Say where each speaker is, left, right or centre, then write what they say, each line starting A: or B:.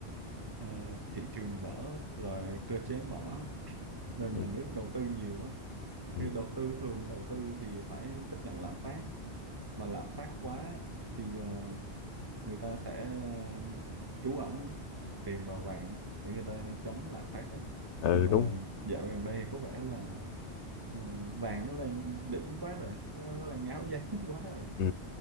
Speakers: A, on the right; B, on the left.
A: ờ, thị trường mở rồi cơ chế mở nên
B: ừ
A: nhà nước đầu tư nhiều á
B: ừ
A: thì đầu tư thường đầu tư thì phải chấp nhận lạm phát mà lạm phát quá thì ờ, người ta sẽ ờ, trú ẩn tiền vào vàng á, để người ta chống lạm phát á.
B: Ừ,
A: nhưng mà
B: đúng
A: dạo gần đây thì có vẻ là ờ, vàng nó lên đỉnh quá rồi nó, nó đang ngáo giá <laughs> quá rồi
B: ừ